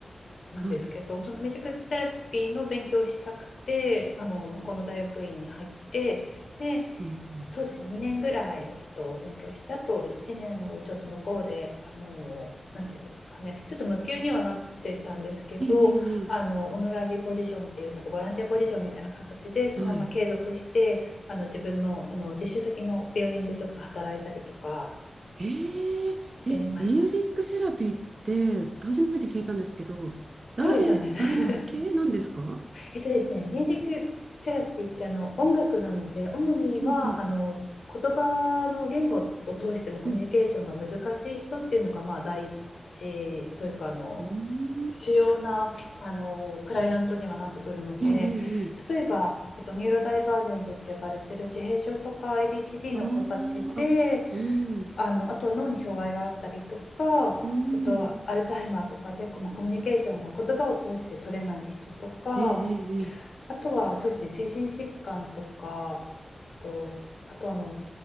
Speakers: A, on the left; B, on the right.
A: なんですけど、
B: はい。
A: そのミュージックセラピーの勉強をしたくて、あの、向こうの大学院に入って、で、
B: うん、
A: そうですね、2年ぐらい、えっと、勉強して、あと1年をちょっと向こうで、あの、なんていうんですかね、ちょっと無給にはなってたんですけど、
B: ええ、ええ、
A: あの、
B: え
A: オノラリーポジションっていう、なんかボランティアポジションみたいな形で、そのまま継続して、
B: えはい。
A: あの、自分の、あの、実習先の病院でちょっと働いたりとか
B: ええ、
A: してました。
B: え、ミュージックセラピーって初めて聞いたんですけど、誰、
A: そうですよね。<laughs>
B: 誰向けなんですか
A: えっとですね、ミュージックセラピーってあの音楽なので、主にはあの言葉の言語を通してのコミュニケーションが難しい人っていうのが、
B: うんうん、うん。
A: まあ、第一というかあの
B: うん、
A: 主要なあのクライアントにはなってくるので、
B: ええ、ええ、ええ
A: 例えば、えっと、ニューロダイバージェントって呼ばれてる自閉症とか ADHD
B: あーあ、
A: の子たちで、
B: うん、
A: あの、あとは脳に障害があったりとか、
B: うん、
A: えっと、アルツハイマーとかでこうまあコミュニケーションが言葉を通して取れない人とか、
B: ええ、ええ、ええ
A: あとはそうですね、精神疾患とか、えっと、あとあの、